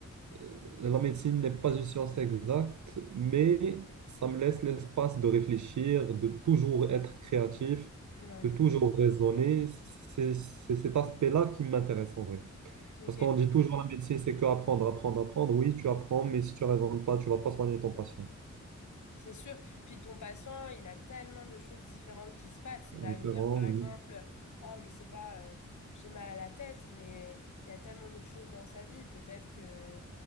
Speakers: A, on the right; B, on the left.
A: euh, la médecine n'est pas une science exacte, mais ça me laisse l'espace de réfléchir, de toujours être créatif,
B: Ouais.
A: de toujours raisonner. C'est c'est cet aspect-là qui m'intéresse en vrai.
B: Ok.
A: Parce qu'on dit toujours la médecine, c'est que apprendre, apprendre, apprendre. Oui, tu apprends, mais si tu raisonnes pas, tu vas pas soigner ton patient.
B: C'est sûr. Puis ton patient, il a tellement de choses différentes qui se passent. Il
A: Différent,
B: va venir, par
A: oui.
B: exemple, oh, je sais pas, euh, j'ai mal à la tête, mais il y a tellement d'autres choses dans sa vie. Peut-être que,